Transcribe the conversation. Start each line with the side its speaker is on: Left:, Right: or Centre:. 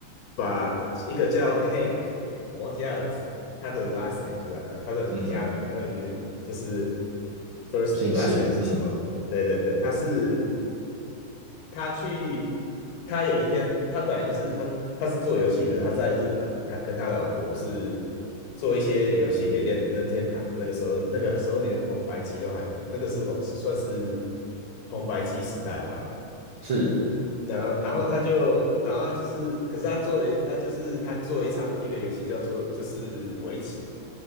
Left: 把一个叫 Hank，我忘记他的他的 last name 是啥，他的家他的语言就是
Right: 嗯哼，
Left: first
Right: 姓氏，
Left: last name 是什么？
Right: 嗯，
Left: 对对对，他是。他去，他有一天，他本来就是他，他是做游戏的，他在日本，他跟他老婆是做一些游戏给任任天堂。那个时候，那个时候连红白机都还，那个是红算是红白机时代吧。
Right: 是
Left: 然后，然后他就，然后他只是，可是他做了一，他就是他做了一场一个游戏叫做就是围棋，